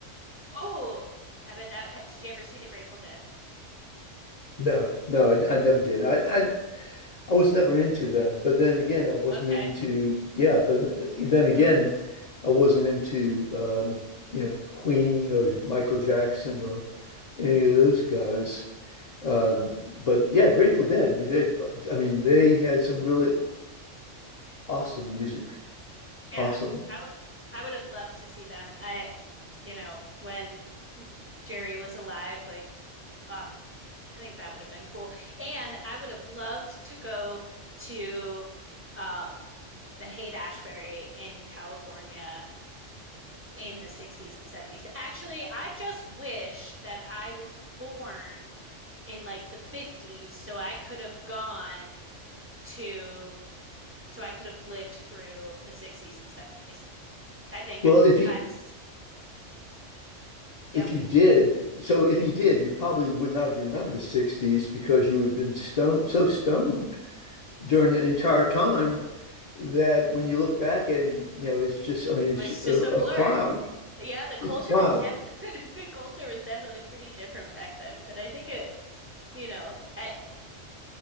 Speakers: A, on the right; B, on the left.
A: Oh, I bet that ha- did you ever see the Grateful Dead?
B: No, no, I, I never did. I, I, I was never into them. But then again, I wasn't
A: Okay.
B: into. Yeah, but then again, I wasn't into, um, you know, Queen or Michael Jackson or any of those guys. Uh, but yeah, Grateful Dead. I mean, they, I mean, they had some really awesome music.
A: Yeah.
B: Awesome.
A: I would I would have loved to see them. I, you know, when Jerry was alive, like, oh, I think that would have been cool. And I would have loved to go to um, the Haight-Ashbury in California in the 60s and 70s. Actually, I just wish that I was born in like the 50s so I could have gone to, so I could have lived through the 60s and 70s. I think
B: Well, if you
A: that's,
B: if
A: yep,
B: you did, so if you did, you probably would not remember the 60s because you had been stoned so stoned during the entire time that when you look back at it, you know, it's just, I mean,
A: it
B: it's
A: was just
B: a,
A: a blur.
B: a cloud.
A: Yeah, the culture
B: It's a cloud.
A: was definitely <laughs> the culture was definitely pretty different back then, but I think it You know, I